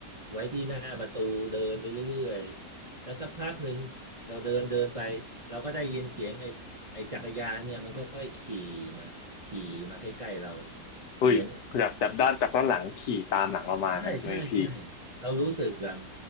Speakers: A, on the right; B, on the left.
A: ไว้ที่หน้าประตูเดินไปเรื่อยๆแล้วสักพักหนึ่งเราเดินเดินไปเราก็ได้ยินเสียงไอ้ไอ้จักรยานเนี่ยมันก็ค่อยขี่มาขี่มาใกล้ๆเรา
B: อุ้ยแบบจากด้านจากด้านหลังขี่ตามหลังเรามางั้นใช่ไหมพี่
A: เสียงใช่ใช่ใช่เรารู้สึกอะ